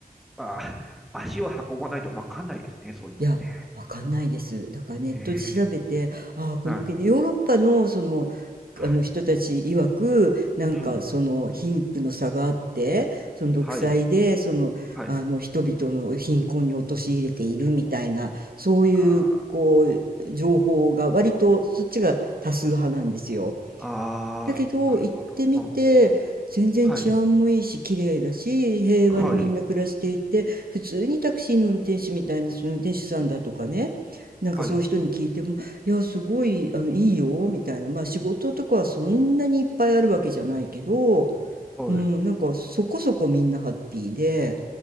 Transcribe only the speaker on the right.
いや、わかんないです。だからネットで調べて、
ああ、この国でヨーロッパのその、
あの人たち曰く、なんかその貧富の差があって、
その独裁で、
その、
あの人々の貧困に陥れているみたいな、そういう、
こう、情報が割とそっちが多数派なんですよ。
だけど行ってみて全然治安もいいし綺麗だし平和にみんな暮らしていて普通にタクシーの運転手みたいなその運転手さんだとかねなんかそういう人に聞いても「いやすごいあのいいよ」みたいなまあ仕事とかはそんなにいっぱいあるわけじゃないけど、
うん、なんかそこそこみんなハッピーで、